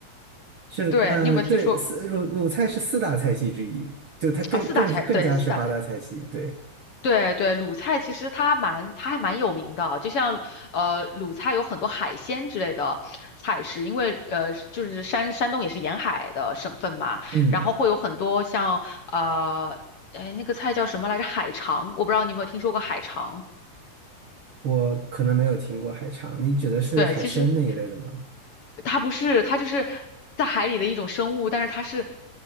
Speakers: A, on the right; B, on the left.
A: 是呃，
B: 对，你有没有听说
A: 对，四鲁鲁菜是四大菜系之一，就它更更是更加是八大菜系。
B: 啊？四大菜，对，四大菜。
A: 对，
B: 对对，鲁菜其实它蛮，它还蛮有名的。就像呃，鲁菜有很多海鲜之类的菜式，因为呃，就是山山东也是沿海的省份嘛，
A: 嗯，
B: 然后会有很多像呃，哎，那个菜叫什么来着？海肠，我不知道你有没有听说过海肠。
A: 我可能没有听过海肠，你指的是海参那一类的吗？
B: 对，其实它不是，它就是在海里的一种生物，但是它是